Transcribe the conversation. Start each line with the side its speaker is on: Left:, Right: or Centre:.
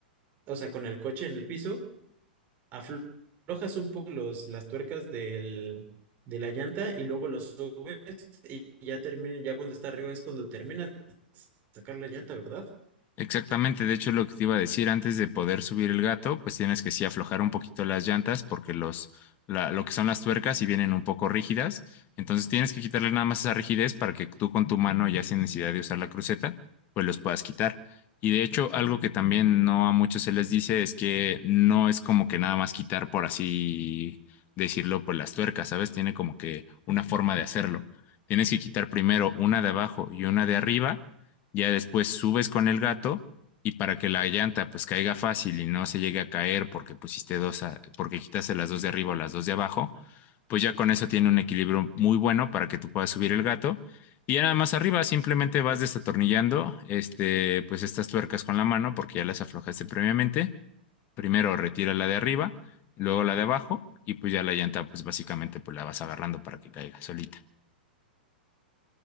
Right: o sea, con el coche en el piso. aflojas un poco los, las tuercas del, de la llanta y luego los subes y ya termina, ya cuando está arriba es cuando terminas de sacar la llanta, ¿verdad?
Left: Exactamente, de hecho lo que te iba a decir, antes de poder subir el gato, pues tienes que sí aflojar un poquito las llantas porque los, la- lo que son las tuercas sí vienen un poco rígidas, entonces tienes que quitarle nada más esa rigidez para que tú con tu mano, ya sin necesidad de usar la cruceta, pues los puedas quitar. Y de hecho, algo que también no a muchos se les dice es que no es como que nada más quitar por así decirlo, pues las tuercas, ¿sabes? Tiene como que una forma de hacerlo. Tienes que quitar primero una de abajo y una de arriba ya después subes con el gato y para que la llanta pues caiga fácil y no se llegue a caer porque pusiste dos, a- porque quitaste las dos de arriba o las dos de abajo, pues ya con eso tiene un equilibrio muy bueno para que tú puedas subir el gato. Y ya nada más arriba simplemente vas desatornillando este, pues estas tuercas con la mano porque ya las aflojaste previamente. Primero retira la de arriba, luego la de abajo y pues ya la llanta pues básicamente pues la vas agarrando para que caiga solita.